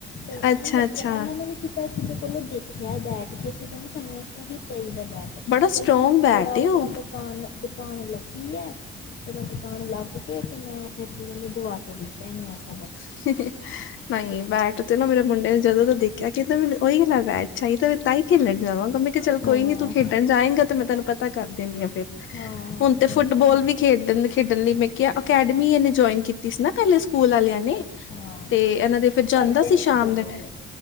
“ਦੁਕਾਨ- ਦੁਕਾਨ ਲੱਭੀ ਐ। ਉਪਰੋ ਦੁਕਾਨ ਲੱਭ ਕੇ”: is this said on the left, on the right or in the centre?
Left